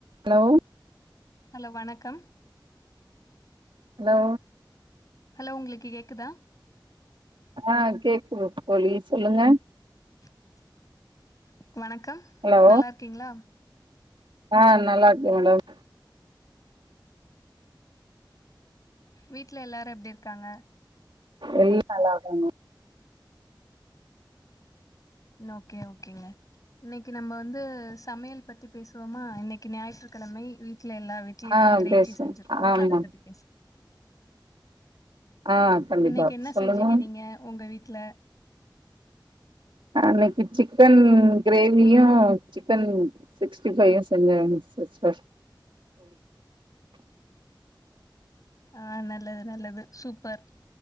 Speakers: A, on the right; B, on the left.
A: Hello
B: hello வணக்கம்
A: hello
B: hello உங்களுக்கு கேக்குதா
A: ஆ கேக்குது தோழி சொல்லுங்க
B: <unintelligible> வணக்கம்
A: ஹலோ
B: நல்லா இருக்கீங்களா
A: ஆ நல்லா இருக்க மேடம்
B: வீட்ல எல்லாரு எப்டி இருக்காங்க
A: எல்லா நல்லா இருக்காங்க
B: ஓகே ஓகேங்க இன்னிக்கு நம்ம வந்து சமையல் பத்தி பேசுவோமா இன்னிக்கு ஞாயிற்றுக்கிழமை வீட்ல எல்லா வீட்லயு
A: ஆ
B: இறைச்சி
A: பேசுவோ
B: செஞ்சிருக்கே
A: ஆமா
B: அத பத்தி பேச <inaudible>
A: ஆ கண்டிப்பா
B: இன்னிக்கு என்ன
A: சொல்லுங்க
B: செஞ்சீங்க நீங்க உங்க வீட் ட்ல
A: இன்னிக்கு சிக்கன் கிரேவியும் சிக்கன் சிக்ஸ்டிபையும் செஞ்சேன் சிஸ்டர்
B: ஆ நல்லது நல்லது சூப்பர்